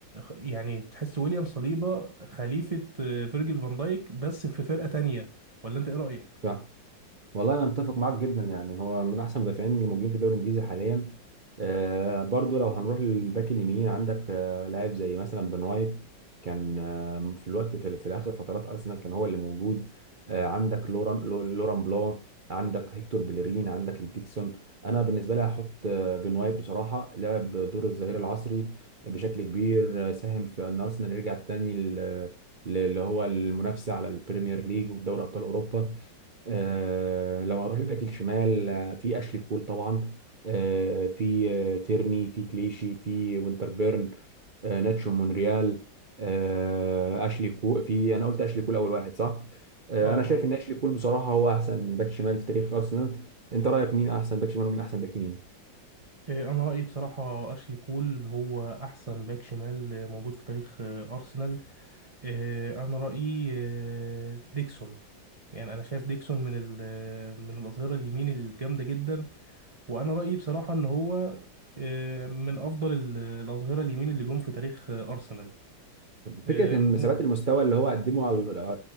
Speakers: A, on the right (about 25°); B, on the right (about 60°).
A: يعني تحس ويليام صليبا خليفة آه، فيرجيل فان دايك بس في فرقة تانية ولا انت ايه رأيك؟
B: صح والله انا متفق معاك جدا يعني هو من احسن المدافعين اللي موجودين في الدوري الانجليزي حاليا آه برضو لو هنروح للباك اليمين عندك آه لاعب زي مثلا بن وايت كان آه في الوقت في, في الاخر فترات ارسنال كان هو اللي موجود آه عندك لوران لو- لوران بلو عندك هيكتور بيلرين عندك ديكسون انا بالنسبه لي هحط آه بن وايت بصراحه لعب دور الظهير العصري بشكل كبير آه، ساهم في ان ارسنال يرجع تاني ل- ل- اللي هو المنافسه على البريمير ليج وفي دوري ابطال اوروبا آه، لو هروح الباك الشمال آه، في اشلي كول طبعا آه، في آه، تيرني في كليشي في وينتربيرن آه، ناتشو مونريال آه، اشلي كول في انا قلت اشلي كول اول واحد صح آه،
A: اه
B: انا شايف
A: اه
B: ان اشلي كول بصراحه هو احسن باك شمال في تاريخ ارسنال انت رايك مين احسن باك شمال ومين احسن باك يمين
A: آه، انا رأيي بصراحة اشلي كول هو احسن باك شمال آه، موجود في تاريخ آه، ارسنال آه، انا رأيي آه، ديكسون يعني انا شايف ديكسون من ال- آه، من الاظهرة اليمين الجامدة جدا وانا رايي بصراحه ان هو آه، من افضل ال- الاظهره اليمين اللي جم في تاريخ آه، ارسنال آه،
B: فكرة إن
A: م-
B: ثبات المستوى اللي هو قدمه على